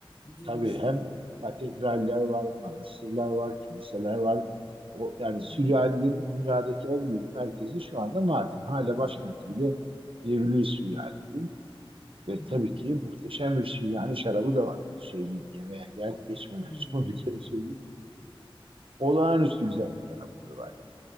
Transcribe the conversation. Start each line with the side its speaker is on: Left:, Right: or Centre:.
Left: duymuştum.
Right: tabii hem katedraller var, manastırlar var, kiliseler var. O, yani
Left: Hı
Right: Süryanilerin
Left: hı.
Right: dünyadaki en büyük merkezi şu anda Mardin. Hala başkenti
Left: Evet.
Right: bile diyebiliriz Süryanilerin. Ve
Left: Hı hı.
Right: tabii ki muhteşem bir Süryani şarabı da var onu söyleyeyim. Yemeğe gel geçmeden
Left: Hmm.
Right: <laughs> önce onu bir kere söyleyeyim. Olağanüstü güzel bir şarapları var yani.